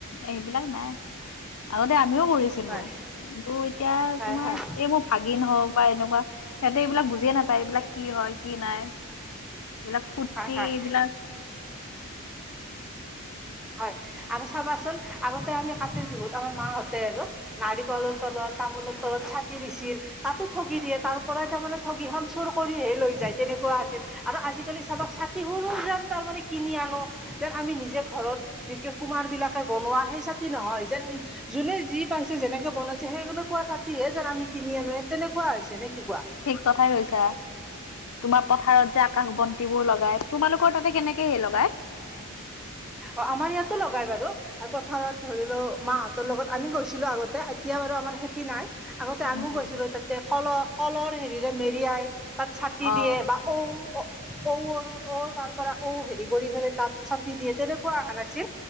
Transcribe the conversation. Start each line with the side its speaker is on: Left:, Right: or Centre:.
Left: এইবিলাক নাই আগতে আমিও কৰিছিলো
Centre: হয়
Left: কিন্তু এতিয়া
Centre: হয়
Left: তোমাৰ
Centre: হয়
Left: এই মোৰ ভাগিন হওক বা এনেকুৱা, সেহতি এইবিলাক বুজিয়ে নাপায় এইবিলাক কি হয়? কি নাই এইবিলাক ফূৰ্তি
Centre: হয় হয়।
Left: এইবিলাক
Centre: হয় আৰু চাবাচোন আগতে আমি কাতিৰ বিহুত আমাৰ মাহঁতে আৰু নাৰিকলৰ তলত, তামোলৰ তলত চাটি দিছিল, তাতো ঠগি দিয়ে, তাৰপৰা তাৰ মানে ঠগীখন চুৰ কৰিহে লৈ যায় তেনেকুৱা আছিল আৰু আজিকালি চাবা চাটি সৰু যেন তাৰমানে কিনি আ আনো যে আমি নিজে ঘৰত যোগ্য কুমাৰবিলাকে বনোৱা সেই ছাতি নহয়। যেন যোনে যি পাইছে যেনেকে বনাইছে সেই ৱা ছাতিহে যেন আমি কিনি আনো, তেনেকুৱা হৈছে নে কি কোৱা?
Left: ঠিক কথাই কৈছা তোমাৰ পথাৰত যে আকাশ বন্তিবোৰ লগাই। তোমালোকৰ তাতে কেনেকে হে লগায়?
Centre: অ আমাৰ ইয়াতো লগাই বাৰু, আ পথাৰত ধৰি লও মাহঁতৰ লগত আমি গৈছিলো আগতে এতিয়া আমাৰ খেতি নাই, আগতে
Left: উম
Centre: আমি গৈছিলো
Left: উম
Centre: তাতে কল কলৰ হেৰিৰে মেৰিয়াই তাত ছাতি
Left: অ
Centre: দিয়ে বা ঔ ঔ অৰ অঔ তাৰ পৰা ঔ হেৰি কৰি পেলে তাত ছাতি দিয়ে তেনেকুৱা আহা না চি,